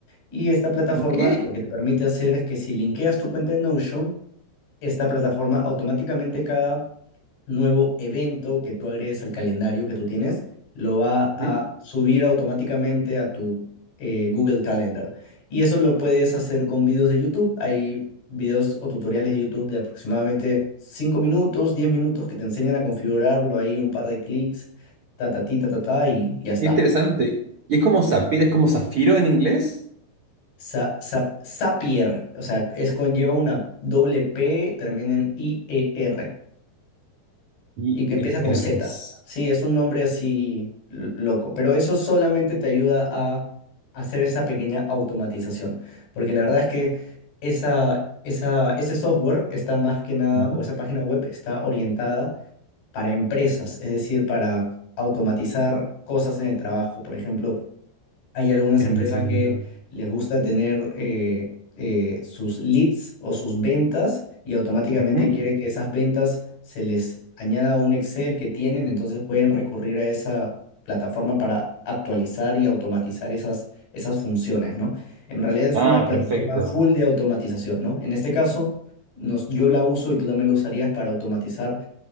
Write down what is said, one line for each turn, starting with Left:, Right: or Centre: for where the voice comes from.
Left: Y esta plataforma
Right: Ok,
Left: lo que te permite hacer es que si linkeas tu cuenta de Notion, esta plataforma automáticamente cada nuevo evento que tú agregues al calendario que tú tienes, lo va
Right: ujú,
Left: a subir automáticamente a tu eh, Google Calendar. Y eso lo puedes hacer con videos de YouTube. Hay videos o tutoriales de YouTube de aproximadamente 5 minutos, 10 minutos que te enseñan a configurarlo ahí, un par de clics, ta ta ti, ta ta ta y ya está.
Right: Interesante. ¿Y es como Zafir, es como zafiro en inglés?
Left: Sa- Sa- Zapier, o sea, es con, lleva una doble P, termina en I E r
Right: Y
Left: Y que empieza
Right: E
Left: con
Right: r
Left: Z.
Right: s
Left: Sí, es un nombre así l- loco. Pero eso solamente te ayuda a hacer esa pequeña automatización. Porque la verdad es que esa, esa, ese software está más que nada,
Right: Ujú.
Left: o esa página web está orientada para empresas, es decir, para automatizar cosas en el trabajo. Por ejemplo, hay algunas
Right: Entiendo.
Left: empresas que les gusta tener eh, eh, sus leads o sus ventas y automáticamente
Right: Ujú.
Left: quiere que esas ventas se les añada a un Excel que tienen, entonces pueden recurrir a esa plataforma para actualizar y automatizar esas, esas funciones, ¿no? En realidad es
Right: Ah,
Left: una plataforma
Right: perfecto.
Left: full de automatización, ¿no? En este caso, nos, yo la uso y tú también lo usarías para automatizar